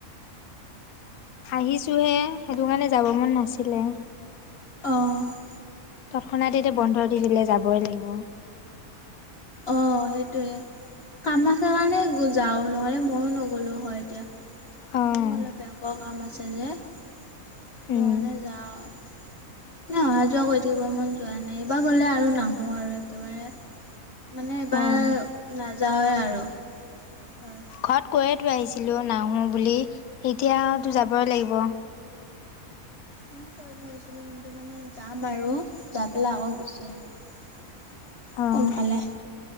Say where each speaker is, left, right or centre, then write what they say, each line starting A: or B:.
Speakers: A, on the left; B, on the left.
A: হাঁহিছোঁহে সেইটো কাৰণে যাব মন নাছিলে
B: অঁ
A: তৎক্ষণাত এতিয়া বন্ধ দি দিলে যাবই লাগিব
B: অ সেইটোৱে কাম আছে কাৰণে যাও নহলে ময়ো নগ'লো হয় এতিয়া
A: অ',
B: মোৰ অলপ বেংকৰ কাম আছে যে ত
A: উম।
B: কাৰণে যাওঁ আৰু এ অহা যোৱা কৰি থাকিব মন যোৱা নাই এইবাৰ গ'লে আৰু নাহোঁ আৰু একেবাৰে মানে এইবাৰ
A: অ',
B: নাযাওঁৱেই আৰু ঘৰত
A: ঘৰত কৈয়তো আহিছিলোঁ নাহোঁ বুলি এতিয়াতো
B: ময়ো
A: যাবই লাগিব
B: ময় কৈ থৈছিলোঁ কিন্তু মানে যাম আৰু যাই পেলাই আকৌ গুচি আহিম সোনকালে
A: অ',